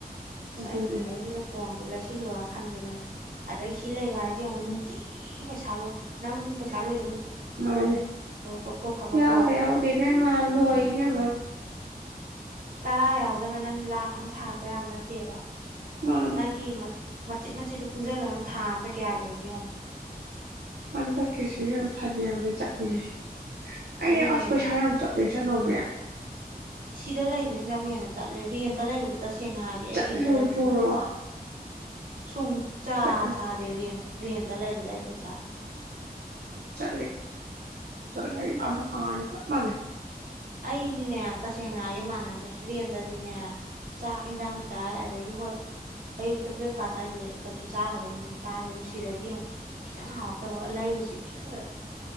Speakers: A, on the right (about 60°); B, on the right (about 80°).
A: ꯑꯁ
B: ꯑꯗꯨꯅꯦ
A: ꯑꯩꯅ ꯁꯤꯗꯁꯤꯗ ꯐꯣꯟꯗꯨ ꯂꯩꯁꯤ ꯁꯤꯜꯂꯣꯏꯔ ꯈꯟꯕꯗꯅꯦ ꯑꯗꯩ ꯁꯤ ꯂꯩꯕ ꯍꯥꯏꯁꯦ ꯌꯦꯉꯛ ꯅꯨꯡꯇꯤꯒꯤ ꯄꯩꯁꯥ ꯂꯣꯏ ꯅꯪ ꯄꯩꯁꯥ ꯂꯣꯏ
B: ꯃꯥꯅꯦ
A: ꯇꯣꯛꯊꯣꯛꯈ꯭ꯔꯒꯀꯣ
B: ꯌꯥꯎꯗ ꯌꯥꯎꯗ ꯐꯦꯃ ꯂꯏ ꯐꯦꯃ
A: ꯇꯔꯥ ꯌꯥꯎꯗꯅ ꯅꯪ ꯂꯥꯛ ꯑꯃ ꯁꯥꯔꯛꯄ ꯌꯥꯝ ꯅꯠꯇꯦꯕ
B: ꯃꯥꯅꯦ
A: ꯅꯪꯒꯤ ꯃ ꯃꯆꯤꯠ ꯃꯆꯤꯠꯇꯨ ꯄꯨꯟꯁꯤꯜꯂꯣ ꯅꯪ ꯊꯥ ꯑꯝꯗ ꯀꯌꯥ ꯂꯣꯏꯒꯦꯣ
B: ꯍꯟꯗꯛꯀꯤꯁꯨ ꯌꯥꯝ ꯐꯅꯌꯥꯝꯅ ꯆꯠꯂꯤꯁꯦ
A: ꯑꯗꯨꯅꯦ
B: ꯑꯩꯅꯦ ꯑꯁꯄꯁꯔꯝ ꯆꯠꯁ ꯅ ꯃꯌꯥ
A: ꯁꯤꯤꯗꯥꯥ ꯂꯥꯏꯏꯕꯁꯤꯅ ꯕꯨꯍꯦꯅ ꯆꯠꯂꯦ ꯔꯦꯟꯗ ꯂꯩꯕꯗ ꯇꯁꯦꯡꯅ ꯍꯥꯏꯒꯦ ꯑꯩ
B: ꯆꯠꯂꯨꯗ꯭ꯔꯣ
A: ꯔꯦꯟꯗ ꯂꯩꯕ ꯁꯨꯃꯅ ꯄꯩꯁꯥ ꯁꯨꯡ ꯆꯥ
B: ꯆꯠꯂꯦ
A: ꯆꯥꯗꯦ ꯔꯦꯟ ꯔꯦꯠ ꯇ ꯂꯩꯕꯗ ꯑꯩ ꯄꯩꯁꯥ
B: ꯁ ꯑꯥꯟꯃꯅꯦ
A: ꯑꯩꯗꯤꯅꯦ ꯇꯁꯦꯡꯅ ꯍꯥꯏꯒ ꯃꯥꯟꯅꯗꯦ ꯔꯦꯟꯗꯗꯤꯅꯦ ꯆꯥꯛ ꯏꯟꯁꯥꯡ ꯆꯥꯏ ꯑꯗꯒꯤ ꯍꯣꯏ ꯑꯌꯨꯛꯇ ꯕ꯭ꯔꯦꯛꯐꯥꯁ ꯍꯥꯏꯁꯦ ꯀꯩꯁꯨ ꯆꯥꯗꯕꯒꯨꯝꯕꯅꯦ ꯆꯥꯗꯦ ꯑꯗꯨ ꯁꯤꯗꯗꯤ ꯑꯃꯨꯛ ꯈꯤꯇꯪ ꯍꯥꯎꯔꯛꯇꯕꯒ ꯂꯩꯔꯨꯁꯤ ꯈꯤꯇꯪ